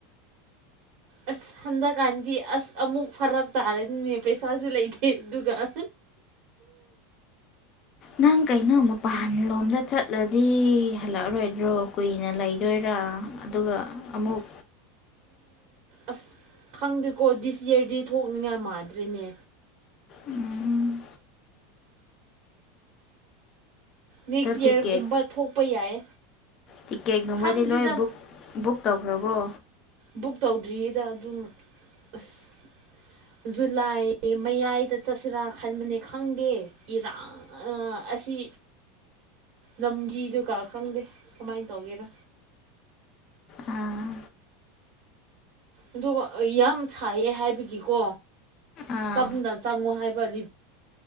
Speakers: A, on the right (about 50°); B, on the left (about 35°).
A: ꯑꯁ ꯍꯟꯗꯛꯀꯥꯟꯗꯤ ꯑꯁ ꯑꯃꯨꯛ ꯐꯔꯛ ꯇꯥꯔꯅꯤꯅꯦ ꯄꯩꯁꯥꯥꯁꯨ ꯂꯩꯇꯦ ꯑꯗꯨꯒ <inaudible>
B: ꯅꯪ ꯀꯩꯅꯣ ꯃꯄꯥꯟꯂꯣꯝꯗ ꯆꯠꯂꯗꯤ ꯍꯜꯂꯛꯑꯔꯣꯏꯗ꯭ꯔꯣ ꯀꯨꯏꯅ ꯂꯩꯗꯣꯏꯔꯥ ꯑꯗꯨꯒ ꯑꯃꯨꯛ
A: ꯑꯁ ꯈꯪꯗꯦꯀꯣ ꯗꯤꯁ ꯌꯔꯗꯤ ꯊꯣꯛꯅꯤꯡꯉꯥꯏ ꯃꯥꯥꯟꯗ꯭ꯔꯔꯤꯅꯦ
B: ꯎꯝ
A: ꯅꯦꯛꯁ ꯌꯔꯒꯨꯝꯕ
B: ꯇꯤꯀꯦꯠ
A: ꯊꯣꯛꯄ ꯌꯥꯏ
B: ꯇꯤꯛꯀꯦꯠꯒꯨꯝꯕꯗꯤ
A: ꯈꯪꯗꯦꯗ
B: ꯂꯣꯏ ꯕꯨꯛ ꯕꯨꯛ ꯇꯧꯈ꯭ꯔꯕ꯭ꯔꯣ
A: ꯕꯨꯛ ꯇꯧꯗ꯭ꯔꯤꯌꯦꯗ ꯑꯗꯨꯝ ꯑꯁ ꯖꯨꯂꯥꯏ ꯃꯌꯥꯏꯗ ꯆꯠꯁꯤꯔꯥ ꯈꯟꯕꯅꯤ ꯈꯪꯗꯦ ꯏꯔꯥꯡ ꯑꯁꯤ ꯂꯝꯒꯤꯗꯒꯥ ꯈꯪꯗꯦ ꯀꯃꯥꯏꯅ ꯇꯧꯒꯦꯔꯥ
B: ꯑꯥ
A: ꯑꯗꯨꯒ ꯌꯥꯝ ꯁꯥꯏꯌꯦ ꯍꯥꯏꯕꯒꯤꯀꯣ
B: ꯑꯥ
A: ꯇꯞꯅ ꯆꯪꯉꯣ ꯍꯥꯏꯕ <unintelligible>